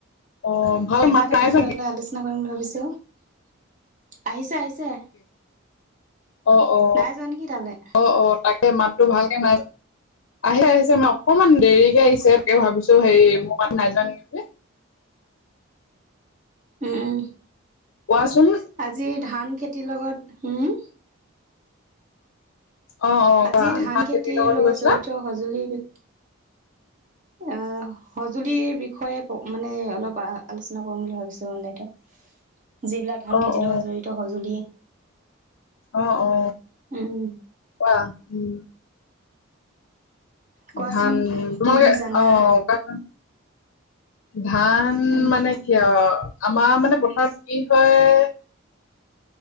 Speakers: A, on the left (about 70°); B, on the right (about 40°).
A: অ ভাল
B: কিবা
A: মাত
B: এটা
A: নাইচোন
B: বিষয় লৈ আলোচ চনা কৰিম বুলি ভাবিছোঁ আহিছে আহিছে
A: অ অ
B: নাই যোৱা নেকি তালে
A: অ অ তাক মাততো ভালকে নাই আহে আহিছে মানে অকনমান দেৰিকে আহিছে তাকে ভাবিছ তো হেৰি মোৰ মাত নাই যোৱা নেকি তোলে
B: উম উম
A: কোৱাচোন
B: আজি ধান খেতিৰ লগত হোম
A: অ অ
B: আজি
A: কোৱা
B: ধান খেতিৰ লগত
A: কি কৈছিলা
B: জড়িত সঁজুলি বিষ অ সঁজুলিৰ বিষয়ে মানে অলপ আলোচনা কৰিম বুলি ভাবিছো মানে এইটো যিবিলাক ধান
A: অ
B: খেতিৰ
A: অ
B: লগত জড়িত সঁজুলি
A: অ অ
B: উম,
A: কোৱা উম
B: কোৱাচোন
A: ধান তোমালোকে
B: কি কি জানা?
A: অ কোৱাচোন ধান
B: উম,
A: মানে কি আও আমাৰ মানে পথাৰত কি হয়